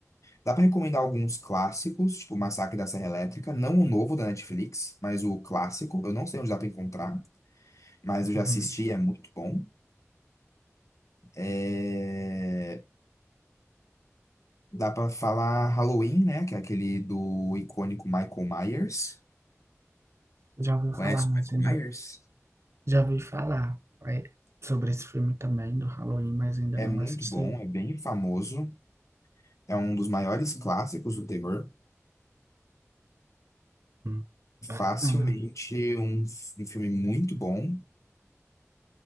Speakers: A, on the left (about 75°); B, on the right (about 60°).
A: dá pra recomendar alguns clássicos, tipo Massacre da Serra Elétrica, não o novo da Netflix, mas o clássico. Eu não sei onde dá pra encontrar, mas eu
B: Uhum.
A: já assisti, é muito bom. É, Dá pra falar Halloween, né? Que é aquele do icônico Michael Myers.
B: Já ouvi
A: Conhece
B: falar, mas
A: o
B: ainda.
A: Michael Myers?
B: Já ouvi falar é, sobre esse filme também, do Halloween, mas ainda
A: É
B: não
A: muito
B: assisti.
A: bom, é bem famoso, é um dos maiores clássicos do terror.
B: Hum, Bacana.
A: Facilmente um, um filme muito bom.